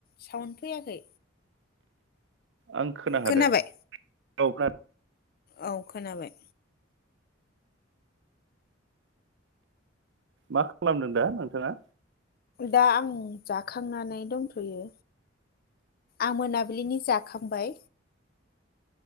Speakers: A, on the left; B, on the right.
A: सावन फैयाखै
B: आं खोना हादों
A: खोनाबाय?
B: औफ <unintelligible>
A: औ खोनाबाय
B: मा खालामदों दा नोंथाङा
A: दा आं जाखांनानै दंथ'यो आं मोनाबिलिनि जाखांबाय